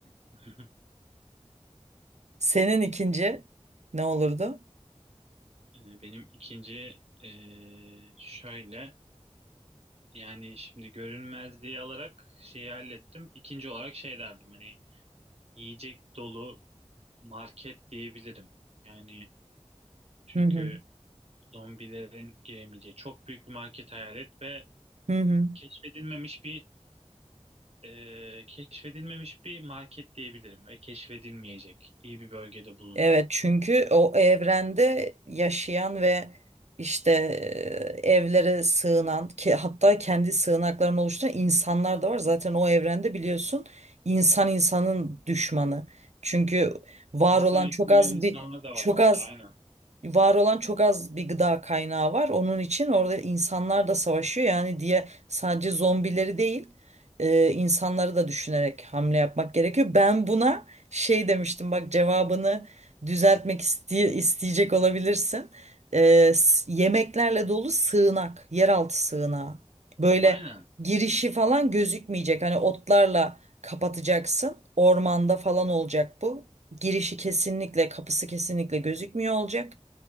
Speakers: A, on the right; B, on the right.
A: <laughs>
B: Senin ikinci ne olurdu?
A: Ee, Benim ikinci ee, şöyle yani şimdi görünmezliği alarak şeyi hallettim. İkinci olarak şey derdim hani yiyecek dolu market diyebilirim. Yani çünkü
B: Hı hı.
A: zombilerin giremeyeceği çok büyük bir market hayal et ve
B: Hı hı.
A: keşfedilmemiş bir ee, keşfedilmemiş bir market diyebilirim ve keşfedilmeyecek iyi bir bölgede bulunan.
B: Evet çünkü o evrende yaşayan ve işte e, evlere sığınan ki hatta kendi sığınaklarını oluşturan insanlar da var. Zaten o evrende biliyorsun insan insanın düşmanı. Çünkü var
A: İnsan
B: olan
A: eti
B: çok
A: yiyen
B: az
A: insanlar
B: bir
A: da
B: çok
A: var hatta
B: az
A: aynen.
B: var olan çok az bir gıda kaynağı var. Onun için orada insanlar da savaşıyor. Yani diye sadece zombileri değil, e, insanları da düşünerek hamle yapmak gerekiyor. Ben buna şey demiştim bak cevabını düzeltmek iste- isteyecek olabilirsin. E, s- yemeklerle dolu sığınak, yeraltı sığınağı. Böyle
A: Aynen
B: girişi falan gözükmeyecek. Hani otlarla kapatacaksın. Ormanda falan olacak bu. Girişi kesinlikle, kapısı kesinlikle gözükmüyor olacak.